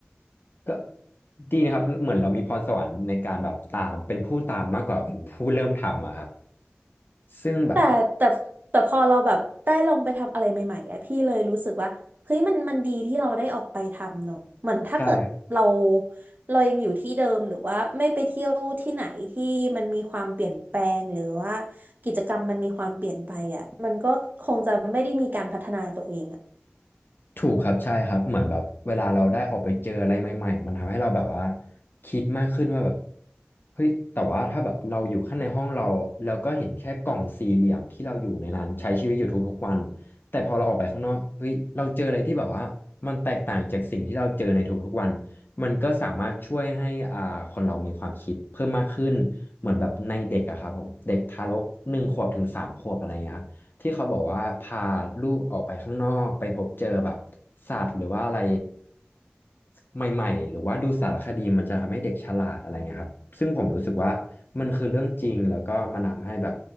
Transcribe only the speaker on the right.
แต่แต่แต่พอเราแบบได้ลองไปทำอะไรใหม่ๆอะพี่เลยรู้สึกว่าเฮ้ยมันมันดีที่เราได้ออกไปทำเนอะเหมือนถ้าเกิดเรา
เรายังอยู่ที่เดิมหรือว่าไม่ไปเที่ยวที่ไหนที่มันมีความเปลี่ยนแปลงหรือว่ากิจกรรมมันมีความเปลี่ยนไปอะมันก็คงจะไม่ได้มีการพัฒนาตัวเองอะ